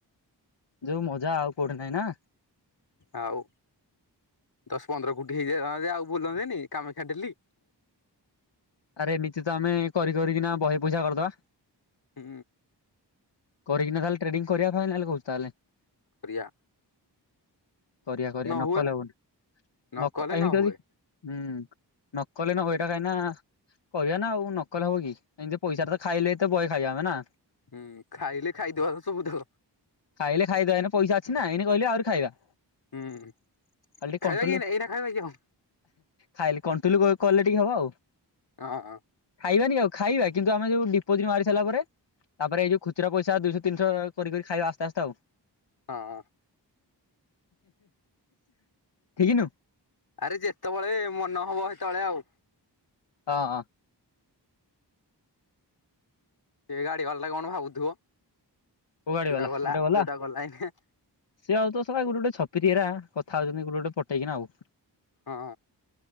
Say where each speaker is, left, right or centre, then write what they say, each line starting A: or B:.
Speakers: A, on the left (about 75°); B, on the left (about 55°).
A: ଯୋଉ ମଜା ଆଉ କୋଉଠି ନାହିଁନା?
B: ଆଉ ଦଶ ପନ୍ଦର କୋଟି ହେଇଯାନ୍ତା ଆଉ ବୁଲନ୍ତିନି କାମାକ୍ଷା ଡେଲି
A: ଆରେ ଏମିତିତ ଆମେ କରି କରିକିନା ବହେ ପଇସା କରିଦବା
B: ହୁଁ।
A: କରିକି ନା ତାହେଲେ ଟ୍ରେଡିଙ୍ଗ କରିବା ଫାଇନାଲ କହୁଛୁ ତା ହେଲେ
B: ପ୍ରିୟା
A: କରିବା କରିବା ନକଲେ
B: ହୁଏ
A: ହବନି
B: ନ
A: ନକ
B: କଲେ
A: ଏମିତି
B: ନ ହୁଏ
A: ଅଛି।। ହୁଁ ନକଲେ ନହୁଏ ଏଟା କାହିଁନା କହିବାନା ଆଉ ନକହିଲେ ହବକି ଏମିତି ପଇସାଟାତ ଖାଇଲେ ତ ବହେ ଖାଇବାଯାନ୍ତା ନା
B: ହୁଁ ଖାଇଲେ ଖାଇଦବା ସବୁଠୁ
A: ଖାଇଲେ ଖାଇଦବା ପଇସା ଅଛିନା ଏଇନା କିହିଲେ ଆହୁରି ଖାଇବା
B: ହୁଁ
A: ଖାଲି
B: ଖାଇବା
A: କଣ୍ଟୋଲ
B: କି ଏଇନା ଖାଇବା କି ହଁ
A: ଖାଇଲେ କଣ୍ଟ୍ରୋଲ କଲେ ଟିକେ ହବ।
B: ହଁ।
A: ଖାଇବାନି ଆଉ ଖାଇବା କିନ୍ତୁ ଆମେ ଯୋଉ ଡିପୋଜିଟ ମାରିସାଇଲା ପରେ ତାପରେ ଏଇ ଯୋଉ ଖୁଚୁରା ପଇସା ଦୁଶହ ତିନିଶହ କରି ଖାଇବା ଆସ୍ତେ ଆସ୍ତେ ଆଉ
B: ହଁ।
A: ଠିକି ନୁ
B: ଆରେ ଯେତେବେଳେ ମନ ହବ ସେତେବେଳେ ଆଉ
A: ହଁ ହଁ।
B: ସେ ଗାଡି ବାଲାଟା କଣ ଭାବୁଥିବ
A: କୋଉ ଗାଡି
B: ଯୋଉଟା
A: ବାଲା
B: ଗଲା
A: ଦିଟା ବାଲା
B: ଯୋଉଟା ଗଲା ଏଇନେ
A: ସିଏ ଭାବୁଥିବେ! !!!!!!!!! ତ ଗୋଟେ ଗୋଟେ ଛପିରି କଥାଉଛନ୍ତି ଗୁଟେ ଗୁଟେ ପଟେଇକିନା ଆଉ
B: ହଁ